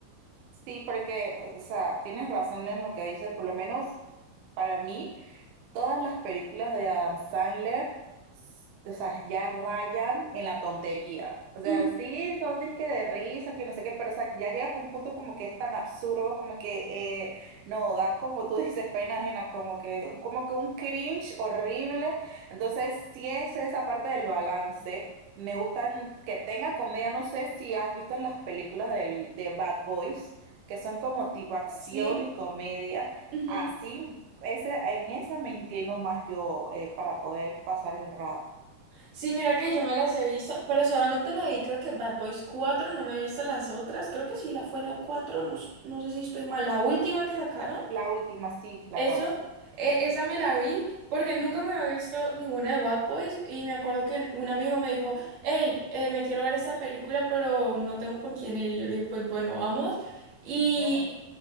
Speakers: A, on the right; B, on the right.
A: Sí, porque, o sea, tienes razón en lo que dices, por lo menos para mí. Todas las películas de Adam Sandler, s- o sea, ya rayan en la tontería. O sea,
B: Ujú,
A: sí, son disque de risa, que no sé qué, pero o sea, ya llega a un punto como que es tan absurdo, como que eh, no, da como tú <laughs> dices, pena ajena, como que, como que un cringe horrible. Entonces, sí es esa parte del balance. Me gustan que tenga comedia, no sé si has visto las películas del, de Bad Boys, que son como tipo acción
B: Sí.
A: y comedia.
B: ujú.
A: Así ese, en esa me inclino más yo eh, para poder pasar el rato.
B: Sí, mira que yo me las he visto, pero solamente me vi creo que Bad Boys cuatro no me he visto las otras, creo que sí, la fue la cuatro no, s- no sé si estoy mal, la última que sacaron.
A: La última, sí, la
B: Eso,
A: cuatro.
B: e- esa me la vi porque nunca me había visto ninguna de Bad Boys y me acuerdo que un amigo me dijo, hey, eh, me quiero ver esta película pero no tengo con quién ir. Y yo le dije, pues bueno, vamos. Y,
A: Ajá.